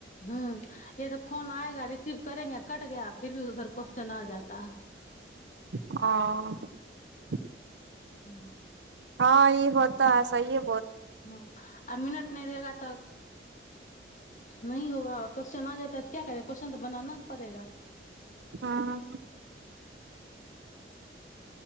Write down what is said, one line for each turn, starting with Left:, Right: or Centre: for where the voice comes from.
Left: हूँ कियेतऽ फोन आएगा रिसीव करेंगे कट गया फिर भी उधर क्वेश्चन आ जाता है
Right: ओ
Left: हँ
Right: हँ ई होता है सहिये
Left: हँ आ मिनट नहि रहेगा तऽ नहि होगा और क्वेश्चन आ जाता है तऽ क्या करे क्वेश्चन त बनाना न पड़ेगा
Right: हँ